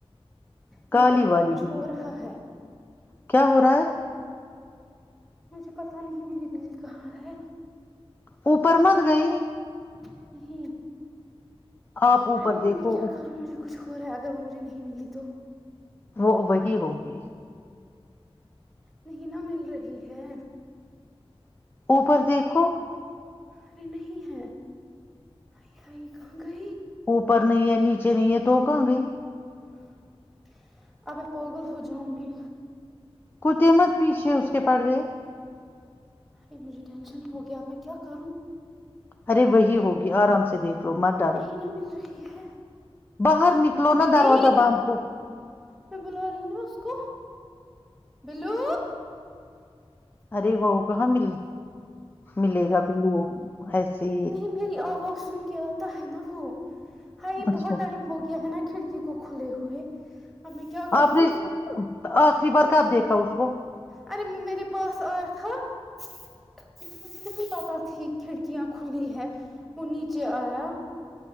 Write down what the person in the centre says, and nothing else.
مے ہ
کو کچھ
ہو رہا ہے
مجھے پتا نہیں میری بل کہاں ہے
<unintelligible>
ہائی
میں کیا
کروں مجھے کچھ ہو رہا ہے اگر وہ مجھے نہیں ملی تو
نہیں نہ مل رہی ہے
ارے نہیں ہے ہائی ہائی کہاں گئی
<unintelligible> اب میں پوگل ہو جاؤں گی
ارے مجھے ٹینشن ہو گیاب میں کیا کروں
نہیں نہ مل رہی ہے
بلی
میں بلا رہی نا اس کو بلو
نہیں میری آواز سن کے آتا ہے نا وہ ہائی
بہت ٹائم ہو گیا ہے نا کیا کھڑکی کو کھلے ہوئے اب میں کیا کروں
ارے میرے پاس آیا تھا ہاں کیکہ مجھے نہیں پتا تھی کھڑکیاں کھلی ہے وہ نیچے آیا